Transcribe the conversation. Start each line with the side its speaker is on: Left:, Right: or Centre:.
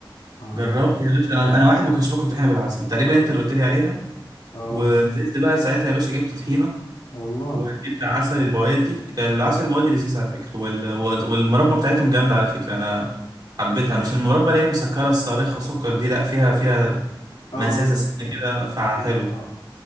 Left: اه
Right: جربت يا باشا
Left: كان-
Right: انا انا واحد ما كنتش باكل طحينه بالعسل تقريبا انت اللي قلت لي عليها
Left: اه
Right: ونزلت بقى ساعتها يا باشا جبت طحينه
Left: والله
Right: وجبت عسل البوادي العسل البوادي لذيذ على فكرة وال... والمربى بتاعتهم جامدة على فكرة أنا حبيتها مش المربى اللي هي المسكرة الصارخة سكر دي لأ فيها فيها
Left: اه
Right: مزازة
Left: اه في
Right: سنة كده فحلو
Left: في اه